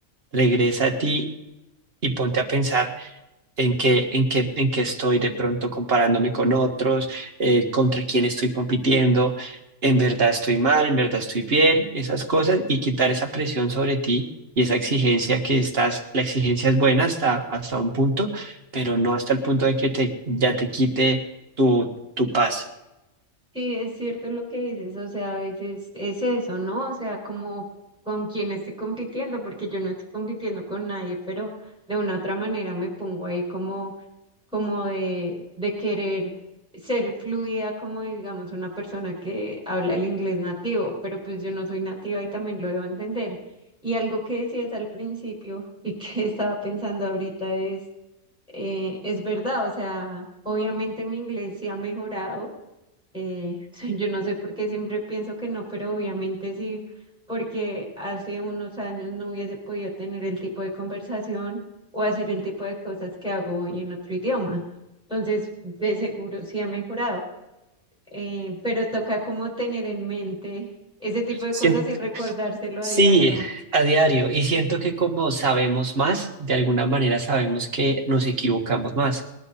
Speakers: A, on the right; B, in the centre.
A: regresa a ti y ponte a pensar en qué, en qué, en qué estoy de pronto comparándome con otros, eh, contra quién estoy compitiendo, en verdad estoy mal, en verdad estoy bien, esas cosas y quitar esa presión sobre ti y esa exigencia que estás, la exigencia es buena hasta, hasta un punto, pero no hasta el punto de que te, ya te quite tu, tu paz.
B: Sí, es cierto lo que dices, o sea, a veces es eso, ¿no? O sea, como con quién estoy compitiendo, porque yo no estoy compitiendo con nadie, pero de una otra manera me pongo ahí como, como de, de querer ser fluida, como digamos una persona que habla el inglés nativo, pero pues yo no soy nativa y también lo debo entender. Y algo que decías al principio y que <laughs> estaba pensando ahorita es, eh, es verdad, o sea, obviamente mi inglés sí ha mejorado eh, <laughs> yo no sé por qué siempre pienso que no, pero obviamente sí, porque hace unos años no hubiese podido tener el tipo de conversación o hacer el tipo de cosas que hago hoy en otro idioma. Entonces, de seguro sí ha mejorado, eh, pero toca como tener en mente ese tipo de
A: Sien-
B: cosas y recordárselo
A: Sí,
B: a diario.
A: a diario. Y siento que como sabemos más, de alguna manera sabemos que nos equivocamos más,